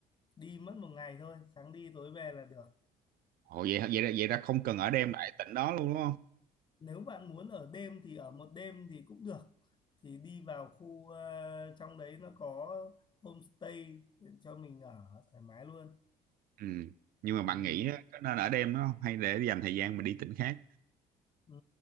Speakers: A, on the left; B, on the right.
A: đi mất một ngày thôi sáng đi tối về là được
B: Ồ vậy vậy ra- vậy ra không cần ở đêm lại tỉnh đó luôn đúng không?
A: nếu bạn muốn ở đêm thì ở một đêm thì cũng được thì đi vào khu ờ, trong đấy nó có homestay cho mình ở thoải mái luôn
B: Ừ. Nhưng mà bạn
A: ừ.
B: nghĩ á, có nên ở đêm nó không? Hay để dành thời gian mà đi tỉnh khác?
A: Ừ.